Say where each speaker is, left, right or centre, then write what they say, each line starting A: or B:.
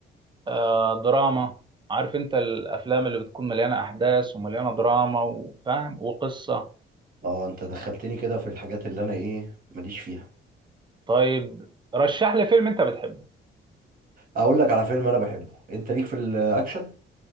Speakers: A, on the right (about 25°); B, on the right (about 45°).
A: آه دراما عارف انت الافلام اللي بتكون مليانه احداث ومليانه دراما وفاهم وقصه
B: اه انت دخلتني كده في الحاجات اللي انا ايه ماليش فيها
A: طيب رشح لي فيلم انت بتحبه
B: اقول لك على فيلم انا بحبه انت ليك في الاكشن